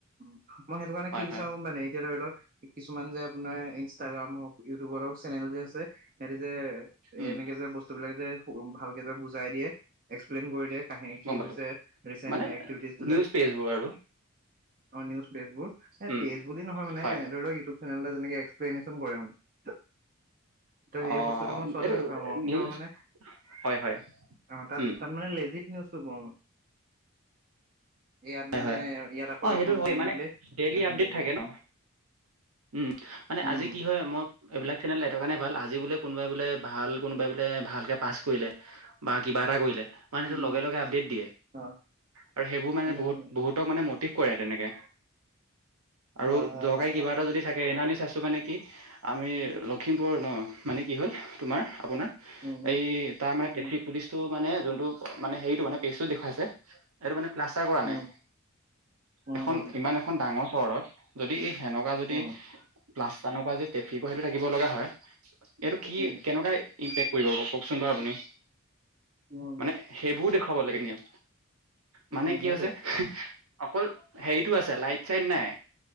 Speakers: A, on the right; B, on the right.
A: উম, মই সেইটো কাৰণে
B: হয়
A: কি
B: হয়
A: বিচাৰো মানে এতিয়া ধৰি লওক কিছুমান যে আপোনাৰ ইনষ্টাগ্ৰাম হওক ইউটিউবৰ হওক চেনেল যে আছে সিহঁতে যে
B: উম
A: এনেকে যে বস্তু বিলাক যে ভালকে যে বুজাই দিয়ে। এক্সপ্লেন কৰি দিয়ে কাহিনী কি
B: গম পালো
A: হৈছে ৰিচেণ্ট
B: মানে
A: এক্টিভিটিছবিলাক।
B: নিউজ পেজবোৰ আৰু
A: অ, নিউজ পেজোৰ এ,
B: উম
A: পেজ বুলি নহয় মানে
B: হয়
A: ইউটিউব চেনেলবোৰ এক্সপ্লনেচন কৰে মানে ত' সেই
B: অ
A: বস্তুটো মই চোৱাটো
B: এইটো
A: প্ৰিফাৰ কৰো
B: নিউজ
A: কিয় মানে
B: হয় হয়
A: অ', তাত,
B: উম
A: তাত মানে লেজিক নিউজটো। <inaudible> ইয়াত মানে
B: হয়,
A: ইয়াত আকৌ
B: অ',
A: ৰহন
B: সেইটো হয়,
A: সানি
B: মানে
A: মেলি
B: ডেইলি
A: তেনেকে
B: আপডেট থাকে
A: কয়
B: ন। উম, মানে
A: উম।
B: আজি কি হয় মই এইবিলাক চেনেলে সেইটো কাৰণে ভাল আজি বোলে, কোনোবাই বোলে ভাল কোনোবাই বোলে ভালকে পাছ কৰিলে বা কিবা এটা কৰিলে মানে
A: উম
B: সেইটো লগে- লগে আপডেট দিয়ে,
A: অ'
B: আৰু সেইবোৰ মানে
A: উম
B: বহুত আৰু মতিভ কৰে তেনেকে, আৰু
A: হয় হয়
B: দৰকাৰী
A: হয়
B: কিবা
A: হয়
B: এটা যদি থাকে সেদ চাইছোঁ মানে কি আমি লখিমপুৰ ন মানে কি হ'ল তোমাৰ আপোনাৰ
A: উম
B: এই তাৰ মানে
A: উম
B: ট্ৰেফিক পুলিচতটো মানে যোনটো মানে হেৰিতটো মানে, পেজতটো দেখুৱাইছে, এইটো মানে প্লাষ্টাৰ কৰা
A: উম।
B: নাই।
A: উম
B: এখন ইমান এখন ডাঙৰ চহৰত যদি সেনেকুৱা যদি
A: উম
B: প্লাষ্টাৰ নকৰা যদি ট্ৰেফিকো সেইটো থাকিব লগা হয় এইটো কি
A: উম
B: কেনেকুৱাই ইম্পেক্ট পৰিব বাৰু কওকচোন বাৰু আপুনি,
A: উম
B: মানে সেইবোৰ দেখুৱাব লাগে নিয়ম মানে
A: উম,
B: কি
A: সেইটোৱে।
B: হৈছে অকল হেৰিতটো আছে, লাইট চাইট নাই।